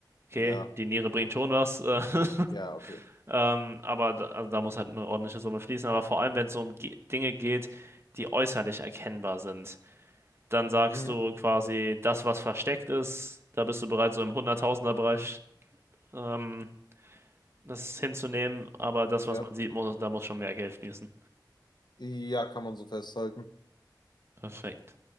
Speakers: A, on the right (about 35°); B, on the left (about 65°).
A: Okay,
B: Ja,
A: die Niere bringt schon was, äh,
B: ja, okay.
A: <laughs> ähm, aber da, also da muss halt eine ordentliche Summe fließen. Aber vor allem, wenn es so um Ge Dinge geht, die äußerlich erkennbar sind, dann sagst
B: Mhm,
A: du quasi, das, was versteckt ist, da bist du bereit, so im Hunderttausender-Bereich ähm, das hinzunehmen, aber das,
B: ja,
A: was man sieht, muss, da muss schon mehr Geld fließen.
B: ja, kann man so festhalten.
A: Perfekt.